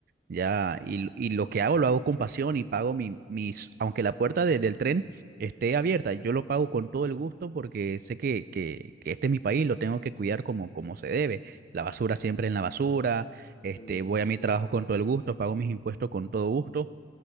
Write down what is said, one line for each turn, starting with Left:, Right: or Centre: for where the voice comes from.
Right: ya, y, y lo que hago lo hago con pasión y pago mi- mis, aunque la puerta de- del tren esté abierta, yo lo pago con todo el gusto porque sé que, que, que este es mi país, lo tengo que cuidar como, como se debe, la basura siempre en la basura, este,
Left: Sí, sí,
Right: voy
Left: sí,
Right: a mi
Left: cien cien
Right: trabajo
Left: por ciento.
Right: con todo el gusto, pago mis impuestos con todo gusto.